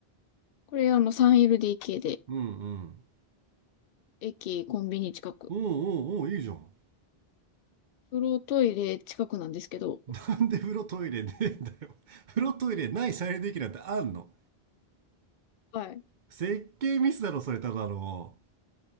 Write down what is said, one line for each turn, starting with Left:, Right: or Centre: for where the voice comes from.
Left: これあの 3LDK で、
Right: うんうん。
Left: 駅、コンビニ近く。
Right: おうおうおう、いいじゃん。
Left: 風呂、トイレ近くなんですけど。
Right: なんで風呂トイレねえんだよ。<laughs> 風呂トイレない再利用できるなんてあんの
Left: はい。
Right: 設計ミスだろ、それただの。